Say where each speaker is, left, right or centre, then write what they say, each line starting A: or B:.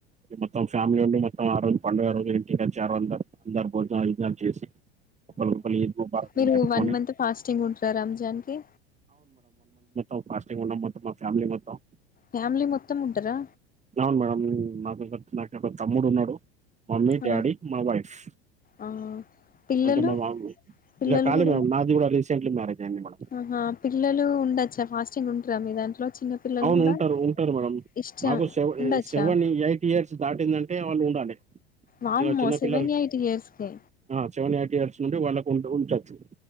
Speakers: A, on the right; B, on the left.
A: మొత్తం ఫ్యామిలీ ఉండి మొత్తం ఆ రోజు పండుగ రోజు ఇంటికి వచ్చారు అందరు అందరు భోజన గీజనాలు చేసి ఒకరికొకరు ఈద్ ముబారక్
B: మీరు
A: అని చెప్పుకొని
B: వన్ మంత్ ఫాస్టింగ్ ఉంటారా రంజాన్కి
A: ఓహ్ ఫాస్టింగ్ ఉన్నాం మోత్ ఫ్యామిలీ మొత్తం
B: ఫ్యామిలీ మొత్తం ఉంటరా
A: అవును మేడమ్ నాక్ నాకె తమ్ముడున్నాోడు మమ్మీ
B: ఆ
A: డాడీ మా వైఫ్
B: ఆ పిల్లలు
A: అంటే మా మామ
B: పిల్లలు
A: ఇంకా ఖాళీ
B: కూడా
A: మామ్ నాది కూడా రీసెంట్లీ మ్యారేజ్ అయింది మేడం
B: ఆహా పిల్లలు ఉండచ్చా ఫాస్టింగ్ ఉట్ మీ దాంట్లో చిన్న పిల్లలు
A: అవును
B: కూడా
A: ఉంటారు ఉంటారు మేడం
B: ఇష్టం
A: మాకు సెవ
B: ఉండొచ్చా
A: సెవెన్ ఎయిట్ ఇయర్స్ దాటిందంటే వాళ్ళు ఉండాలి
B: వామ్మో
A: ఇ చిన్నపిల్లలు
B: సెవెన్ ఎయిట్ ఇయర్స్ కే
A: ఆ సెవెన్ ఎయిట్ ఇయర్స్ నుండి వాళ్ళకు ఉంట ఉంటచ్చు